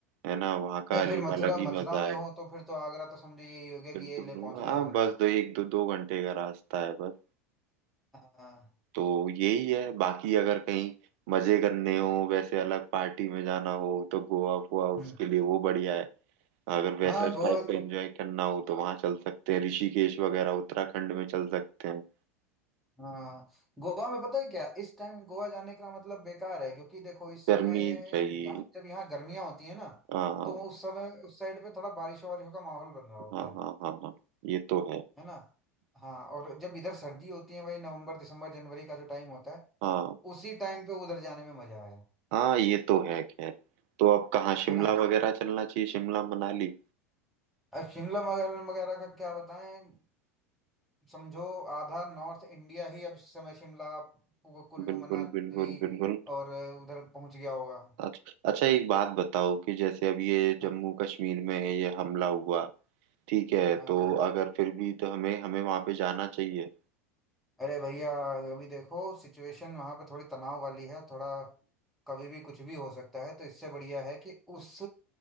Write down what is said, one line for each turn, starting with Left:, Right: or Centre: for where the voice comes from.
Right: है ना वहाँ का
Centre: नहीं
Right: अलग
Centre: फिर मथुरा
Right: अलग ही
Centre: मथुरा
Right: मजा
Centre: में
Right: है
Centre: हो तो फिर तो आगरा तो समझो यही हो गया
Right: बिल्कुल
Centre: कि ये ले पहुंच गया
Right: हाँ
Centre: आगरा
Right: बस दो एक दो दो घंटे का रास्ता है बस
Centre: हाँ
Right: तो यही है बाकी अगर कहीं मजे करने हो वैसे अलग पार्टी में जाना हो तो गोवा हुआ
Centre: हम्म
Right: उसके लिए वो बढ़िया है अगर वैसा
Centre: हाँ गोवा
Right: टाइप का एंजॉय करना हो तो वहां चल सकते हैं ऋषिकेश वगैरह उत्तराखंड में चल सकते हैं
Centre: हाँ गोवा में पता है क्या इस टाइम गोवा जाने का मतलब बेकार है क्योंकि देखो इस
Right: गर्मी
Centre: समय
Right: रही
Centre: जा- जब यहाँ गर्मियां होती है ना
Right: हाँ
Centre: तो वो उस समय उस साइड पे थोड़ा बारिशों वारिशों का माहौल बन रहा होता
Right: हाँ
Centre: है
Right: हाँ हाँ हाँ ये तो है
Centre: है ना हाँ और जब इधर सर्दी होती है वही नवंबर दिसंबर जनवरी का जो टाइम होता है
Right: हाँ
Centre: उसी टाइम पे उधर जाने में मजा है
Right: हाँ ये तो है खैर तो अब कहाँ शिमला
Centre: है ना
Right: वगैरह चलना चाहिए शिमला मनाली
Centre: अब शिमला वगैरह वगैरह का क्या बताएं समझो आधा नॉर्थ इंडिया ही अब इस समय शिमला कु- कुल्लू
Right: बिल्कुल
Centre: मनाली
Right: बिल्कुल बिल्कुल
Centre: और उधर पहुंच गया होगा
Right: अच्छा अच्छा एक बात बताओ कि जैसे अब ये जम्मू
Centre: हाँ
Right: कश्मीर में ये हमला हुआ ठीक है
Centre: हाँ
Right: तो अगर फिर भी तो हमें हमें वहां पे जाना चाहिए
Centre: अरे भैया अभी देखो सिचुएशन वहां पे थोड़ी तनाव वाली है थोड़ा कभी भी कुछ भी हो सकता है तो इससे बढ़िया है कि उस